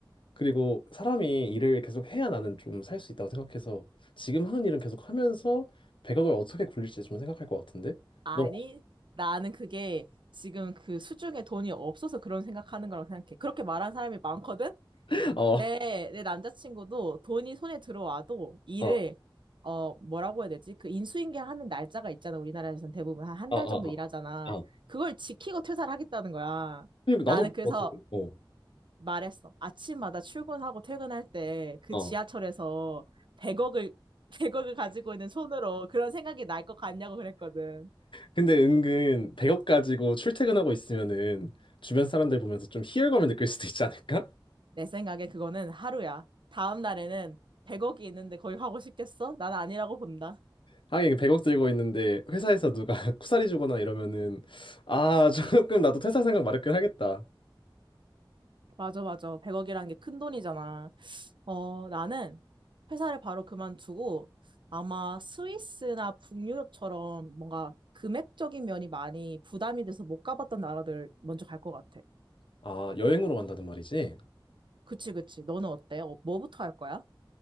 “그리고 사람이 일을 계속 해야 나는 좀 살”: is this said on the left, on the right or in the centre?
Left